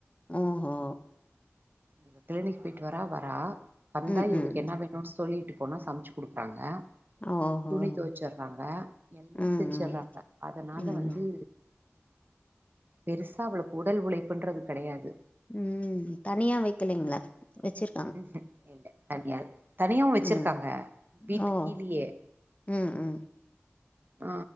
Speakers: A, on the left (about 30°); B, on the right (about 45°).
A: உஹோ
B: இவ கிளினிக் போயிட்டு வரா வரா வந்தா
A: ம்
B: இவளுக்கு
A: ம்
B: என்ன வேணும்னு சொல்லிட்டு போனா சமைச்சு குடுக்குறாங்க
A: ஓஹோ
B: துணி துவச்சிறாங்க எல்லாம்
A: ம்
B: செஞ்சறாங்க
A: ம்
B: அதனால
A: ம்
B: வந்து பெருசா அவளுக்கு உடல் உழைப்புன்றது கிடையாது
A: ம் தனியா வைக்கலைங்களா வச்சிரு
B: ம் இல்ல தனியா தனியாவு வச்சிருக்காங்க
A: ம்
B: வீட்டுக்கு
A: ஓ
B: கீழேயே
A: ம் ம்
B: ஆ